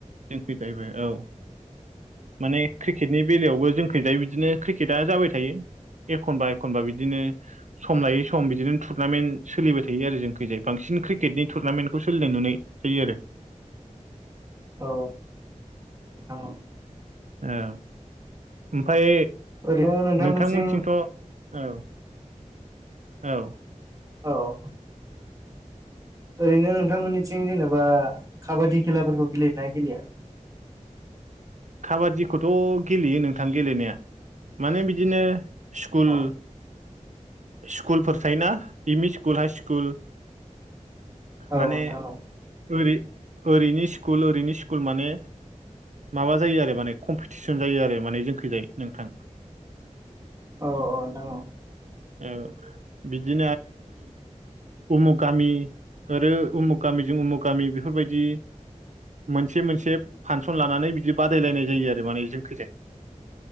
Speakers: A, on the right; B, on the right.
A: जों खै जाबो औ माने क्रिकेट। नि बेलायावबो जोंखैजाय बिदिनो क्रिकेटआ जाबाय थायो एखनबा एखनबा बिदिनो। सम लायै सम बिदिनो टुरनामेन्ट सोलिबाय थायो आरो जों खैजाय बांसिन क्रिकेटनि टुरनामेन्टखौ सोलिनाय नुनाय। जायो आरो।
B: औ औ
A: औ ओमफ्राय
B: ओरैनो नोंथांमोनथिं
A: नोंथांमोनथिंथ' औ। औ।
B: औ ओरैनो नोंथांमोननिथिं जेनेबा काबादि खेलाफोरखौ गेलेयो ना गेलेया?
A: काबादिखौथ' गेलेयो नोंथां गेलेनाया। माने बिदिनो स्कुल
B: अ
A: स्कुलफोर थायोना M E school high school.
B: औ
A: माने
B: नोंथां औ
A: ओरै ओरैनि स्कुल ओरैनि स्कुल माने। माबा जायो आरो माने कम्पिटिसन जायो आरो माने जोंखैजाय नोंथां।
B: औ औ औ नोंथां औ।
A: औ बिदि उमुग गामि आरो उमुग गामिजों उमुग गामि बेफोरबायदि। मोनसे मोनसे फांसन लानानै बिदि बादायलायनाय जायो आरो माने जोंखैजाय।